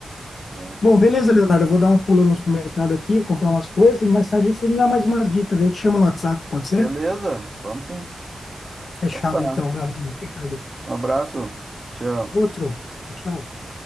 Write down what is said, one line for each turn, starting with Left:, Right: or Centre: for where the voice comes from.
Right: né?
Left: Bom, beleza, Leonardo. Eu vou dar um pulo no supermercado aqui, vou comprar umas coisas e mais tarde você me dá mais umas dicas. Eu te chamo no WhatsApp, pode ser?
Right: Beleza, vamos sim.
Left: Fechado
Right: Então tá.
Left: então, meu amigo. Obrigado.
Right: Um abraço. Tchau.
Left: Outro. Tchau. tchau.